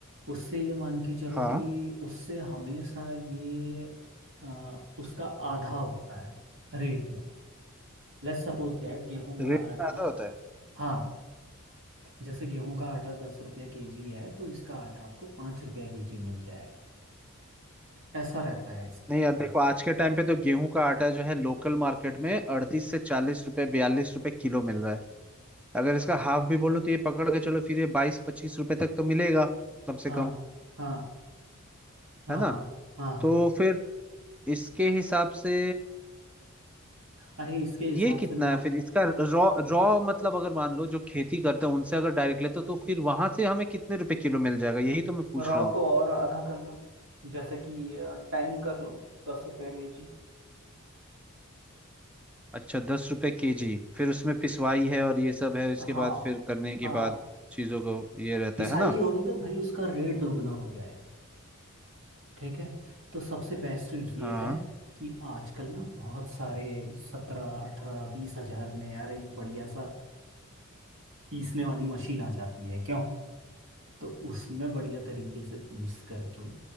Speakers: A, on the right; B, in the centre.
A: उससे ये मान के चलो
B: हाँ
A: कि उससे हमेशा ये आ, उसका आधा होता है रेट में लेट्स सपोज दैट गेहूं का
B: रेट
A: आटा
B: में आधा होता है
A: हाँ जैसे गेहूं का आटा दस रुपया केजी है तो इसका आटा आपको पाँच रुपया केजी मिल जाएगा ऐसा रहता है इसमें
B: नहीं यार देखो आज के टाइम पे तो गेहूं का आटा जो है लोकल मार्केट में अड़तीस से चालीस रुपए बयालीस रुपए किलो मिल रहा है अगर इसका हाफ भी बोलो तो ये पकड़ के चलो फिर ये बाईस पच्चीस रुपए तक तो मिलेगा कम से
A: हाँ
B: कम
A: हाँ हाँ
B: है ना
A: हाँ हाँ हाँ
B: तो फिर इसके हिसाब से
A: अरे इसके हिसाब
B: ये कितना
A: से मैं आप
B: है फिर इसका रॉ रॉ मतलब अगर मान लो जो खेती करते हैं उनसे अगर डायरेक्ट लेते हो तो फिर वहां से हमें कितने रुपए किलो मिल जाएगा यही तो मैं पूछ
A: रॉ
B: रहा हूँ
A: को और आधा कर लो जैसे कि टेन कर लो दस रुपया केजी
B: अच्छा दस रुपए केजी फिर उसमें पिसवाई है और ये सब है इसके
A: हाँ
B: बाद फिर करने के
A: हाँ
B: बाद चीजों को ये रहता
A: पिसाई
B: है ना
A: होगी तो भाई उसका रेट दोगुना हो जाएगा ठीक है तो सबसे बेस्ट ये
B: अच्छा
A: है कि आजकल ना बहुत सारे सत्रह अठारह बीस हजार में यार एक बढ़िया सा पीसने वाली मशीन आ जाती है क्यों तो उसमें बढ़िया तरीके से पीस करके